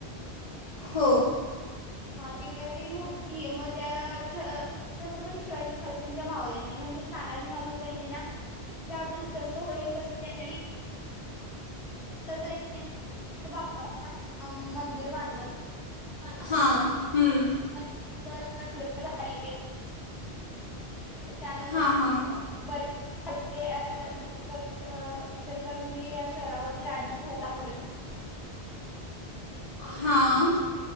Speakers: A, on the left; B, in the centre.
A: हो
B: हा ती ती मूर्तीये मग त्या छ छत्रपती शिवाजी महाराजांच्या मावळ्यांनी म्हणजेच तानाजी मालुसरे यांनी ना ज्यातून जस होईल तस त्यांनी <unintelligible> तस त्यांनी बाप्पाचं ना मंदिर बांधलं
A: <inaudible> हा हम्म
B: <unintelligible> त्यानंतर
A: हा हा
B: बरेच <unintelligible> इचलकरजी या शहरावरती राज्य <unintelligible>
A: हां